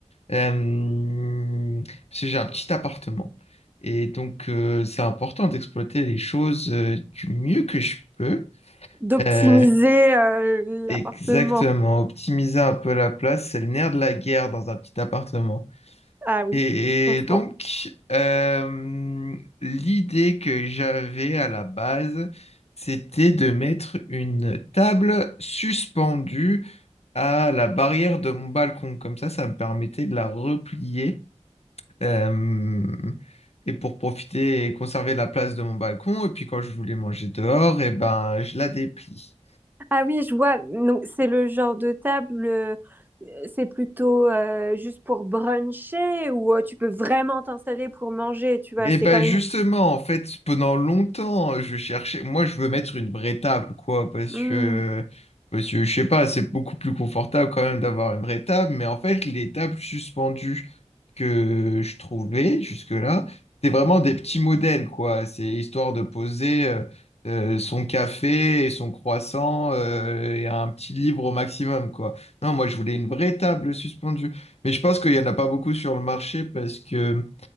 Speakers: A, on the left; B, on the right.
A: Euh, parce que j'ai un petit appartement. Et donc euh, c'est important d'exploiter les choses euh, du mieux que je peux.
B: d'optimiser
A: Euh,
B: euh,
A: exactement,
B: l'appartement.
A: optimiser un peu la place, c'est le nerf de la guerre dans un petit appartement.
B: Ah oui,
A: Et,
B: je comprends.
A: et donc, euh, l'idée que j'avais à la base, c'était de mettre une table suspendue à la barrière de mon balcon. Comme ça, ça me permettait de la replier euh, et pour profiter et conserver la place de mon balcon. Et puis quand je voulais manger dehors, et ben, je la déplie.
B: Ah oui, je vois. Donc, c'est le genre de table, euh, c'est plutôt euh, juste pour bruncher ou euh, tu peux vraiment t'installer pour manger, tu vois.
A: Mais
B: C'est
A: bah
B: quand même.
A: justement, en fait, pendant longtemps, euh, je cherchais. Moi, je veux mettre une vraie table, quoi, parce
B: Hmm,
A: que, parce que je sais pas, c'est beaucoup plus confortable quand même d'avoir une vraie table. Mais en fait, les tables suspendues que je trouvais jusque-là, c'était vraiment des petits modèles, quoi. C'est histoire de poser euh, euh, son café et son croissant euh, et un petit livre au maximum, quoi. Non, moi, je voulais une vraie table suspendue. Mais je pense qu'il y en a pas beaucoup sur le marché parce que